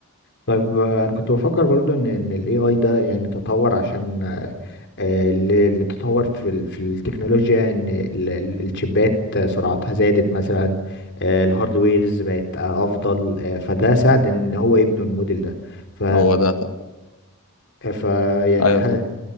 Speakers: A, on the left; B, on the left.
A: طيب آه، انا كنت بفكر برضو ان ان الاي اي ده يعني تطور عشان آه، آه، اللي اللي تطور في ال- في التكنولوجيا ان ال- ال- الشيبات سرعتها زادت مثلا آه، الهاردويرز بقت آه، افضل آه، فده ساعد ان هو يبنوا الموديل ده ف
B: هو ده طبعا
A: ف يعني
B: ايوه
A: هل
B: طبعا